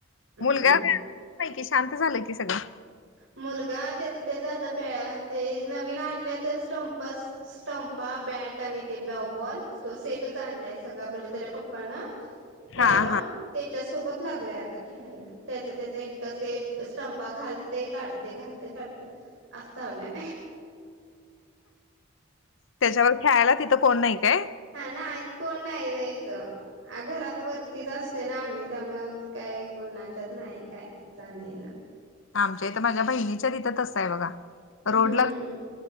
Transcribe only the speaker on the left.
मुलगा का? नाही की शांत झालं की सगळं
हा हा
त्याच्यावर खेळायला तिथं कोण नाही काय?
आमच्या इथ माझ्या बहिणीच्या तिथ असतंय बघा.
रोडला